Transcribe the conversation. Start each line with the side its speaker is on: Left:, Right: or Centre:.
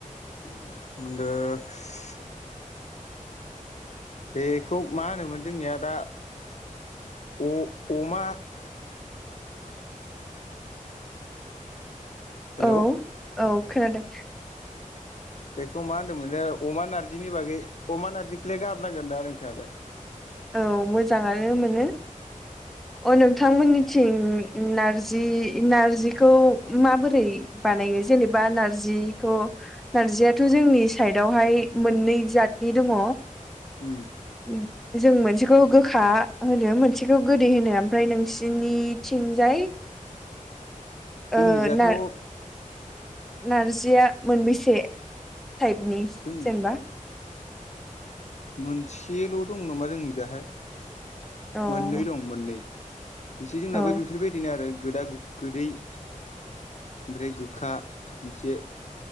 Left: <unintelligible> बेखौ मा होनोमोन जोंनिया दा अ अमा हेलौ'
Centre: औ औ खोनादों
Left: बेखौ मा होन्दोंमोननो अमा नारजिनि बागै अमा नारजिखौलाय गाहाम नांगोन ना नोंथाङालाय
Centre: औ मोजाङानो मोनो अ नोंथांमोननि थिं नारजि नारजिखौ माबोरै बानायो जेनेबा नारजिखौ नारजियाथ' जोंनि साइदआवहाय मोननै जातनि दङ
Left: उम
Centre: उम जों मोनसेखौ गोखा होनो मोनसेखौ गोदै होनो ओमफ्राय नोंसिनिथिंजाय
Left: जोंनिजाथ'
Centre: ओ नार नारजिया मोनबेसे टाइपनि
Left: जोंनि
Centre: जेनेबा
Left: मोनसेल' दं नामा जोंनिजाहाय
Centre: औ
Left: मोननै दं मोननै बिसे जोंनाबो
Centre: औ
Left: बेफोरबायदि बिदिनो आरो गोदा गोदै ओमफ्राय गोखा मोनसे